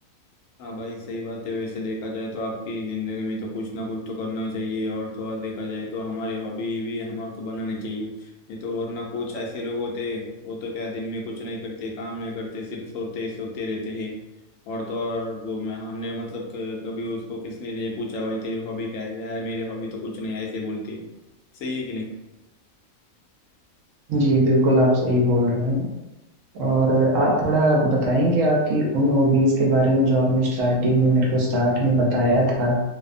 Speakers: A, on the left; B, on the right.
A: हाँ भाई सही बात है वैसे देखा जाए तो आपकी जिंदगी में तो कुछ ना कुछ तो करना ही चाहिए और तो और देखा जाए तो हमारी हॉबी भी हमारे को बनानी चाहिए नहीं तो वरना कुछ ऐसे लोग होते हैं वो तो क्या दिन में कुछ नहीं करते काम नहीं करते सिर्फ सोते सोते रहते हैं और तो और वो मैं हमने मतलब क- कभी उसको किसने ये पूछा भाई तेरी हॉबी क्या है यार मेरी हॉबी तो कुछ नहीं ऐसे बोलती है सही है कि नहीं
B: जी बिल्कुल आप सही बोल रहे हैं और आप थोड़ा बताएंगे आपकी उन हॉबीज के बारे में जो आपने स्टार्टिंग में मेरे को स्टार्ट में बताया था